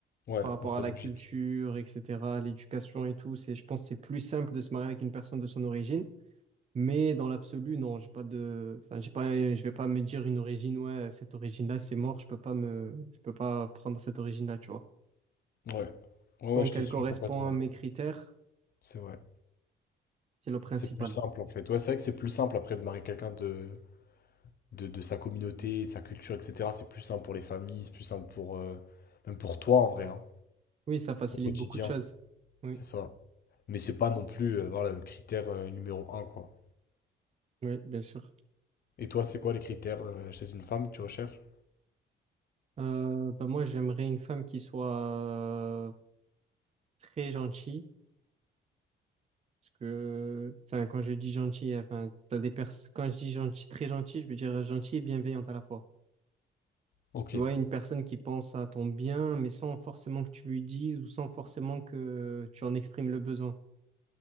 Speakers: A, on the left; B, on the right.
A: Ouais,
B: Par rapport
A: bon, c'est
B: à la
A: logique.
B: culture, etc., à l'éducation et tout, c'est, je pense que c'est plus simple de se marier avec une personne de son origine. Mais dans l'absolu, non, j'ai pas de, enfin, j'ai pas, je vais pas me dire une origine, ouais, cette origine-là, c'est mort, je peux pas me, je peux pas prendre cette origine-là, tu vois.
A: Ouais. Ouais, ouais,
B: Donc,
A: je te
B: elle
A: suis
B: correspond
A: complètement.
B: à mes critères,
A: C'est vrai.
B: c'est le principal.
A: C'est plus simple en fait. Ouais, c'est vrai que c'est plus simple après de marier quelqu'un de, de, de sa communauté, de sa culture, etc. C'est plus simple pour les familles, c'est plus simple pour euh, même pour toi en vrai, hein,
B: Oui, ça facilite
A: au quotidien.
B: beaucoup de choses. Oui,
A: C'est ça. Mais c'est pas non plus euh, voilà, le critère euh, numéro un, quoi.
B: oui, bien sûr.
A: Et toi, c'est quoi les critères euh, chez une femme que tu recherches?
B: Euh, bah moi, j'aimerais une femme qui soit euh, très gentille. Parce que, enfin, quand je dis gentille, enfin, t'as des pers quand je dis gentil, très gentille, je veux dire gentille et bienveillante à la fois.
A: Ok.
B: Tu vois, une personne qui pense à ton bien, mais sans forcément que tu lui dises ou sans forcément que tu en exprimes le besoin.